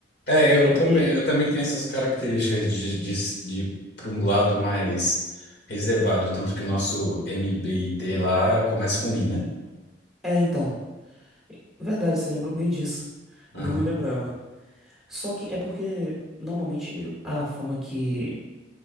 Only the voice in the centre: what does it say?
É
porque.
É, então. é Verdade, você lembrou bem disso.
Eu não me lembrava. Só que é porque, normalmente, a fama que